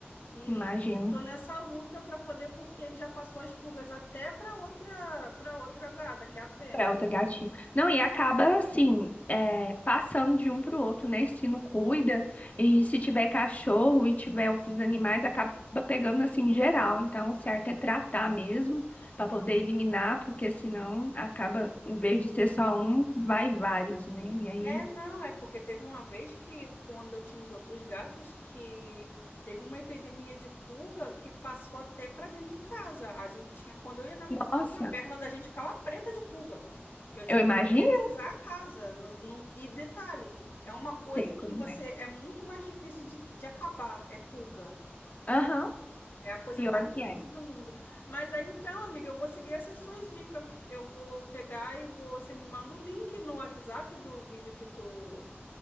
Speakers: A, on the left; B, on the left.
A: E
B: imagino.
A: eu tô nessa luta para poder, porque ele já passou as pulgas até para outra, para outra gata, que é a fêmea.
B: Pra outra gatinha. Não, e acaba assim, é, passando de um pro outro, né? Se não cuida, e se tiver cachorro e tiver outros animais, acaba pegando assim geral. Então, o certo é tratar mesmo, pra poder eliminar, porque senão acaba, em vez de ser só um, vai vários, né? E aí,
A: É, não, é porque teve uma vez que, quando eu tinha os outros gatos, que teve uma epidemia de pulga que passou até para dentro de casa. A gente tinha, quando eu ia na cozinha,
B: nossa,
A: a perna da gente ficava preta de pulga. Eu tive
B: eu imagino,
A: que detetizar a casa. No- num- e detalhe, é uma coisa
B: sei
A: que
B: como
A: você
B: é.
A: é muito mais difícil de, de acabar, é pulga.
B: Aham,
A: É a coisa
B: pior
A: mais difícil
B: que é.
A: do mundo. Mas aí então, amiga, eu vou seguir essas suas dicas. Eu vou pegar e vou- você me manda o link no WhatsApp do vídeo que tu